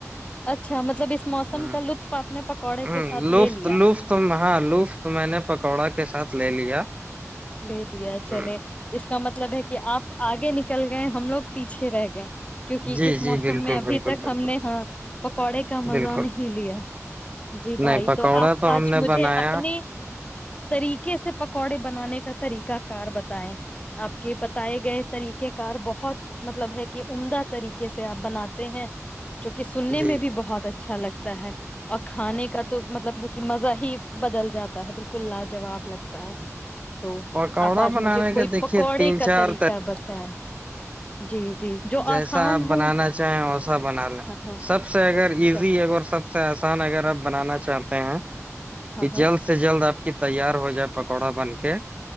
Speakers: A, on the left (about 25°); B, on the right (about 25°).
A: اچھا مطلب اس موسم
B: ہ
A: کا لطف آپ نے پکوڑے
B: ہ
A: کے ساتھ
B: لف
A: لے لیا
B: لطف ہاں لطف میں نے پکوڑا کے ساتھ لے لیا
A: لے دیا
B: ہ
A: چلے اس کا مطلب ہے کہ آپ آگے نک نکل گئے ہم لوگ پیھے رہ گئے کیونکہ
B: جی
A: اس موسم
B: جی بالکل
A: میں ابھی
B: بالکل
A: تک
B: بالکل
A: ہم نے ہاں پکوڑے کا مزہ
B: بالکل
A: نہیں لیا جی بھائی
B: نہیں پکوڑا
A: تو آپ آج
B: ہم نے
A: مجھے
B: بنایا
A: اپنے طریقے سے پکوڑے بنانے طریق کار بتیں آپ کے ب پائے گئے طریقے کار بہت مطلب ہے کہ عمدہ طریقے سے آپ بناتے ہیں جو کہ سننے
B: جی
A: میں بھی بہت اچھا اچھا لگتا ہے اور کھانے کا تو مطلب ہے کہ مزہ ہی بدل جاتا ہے بالکل لاجاب لگتا ہے تو
B: پکوڑا
A: آپ آج
B: بنانے
A: مجھے کوئی
B: کے دیکھیے
A: پکوڑے
B: تین
A: کا
B: چار
A: طریقہ بتیں جی جی جو
B: جیسا
A: آسان
B: آپ
A: ہو
B: بنانا چاہیں ویسا بنا لیں
A: ہاں ہاں
B: سب سے اگر
A: اچھا
B: ایزی اگر سب سب سے آسان اگر آپ بنانا چاہتے ہیں
A: ہاں
B: یہ
A: ہاں
B: جلد سے جلد آپ کہ تیار ہو جائے پکوڑا بن کے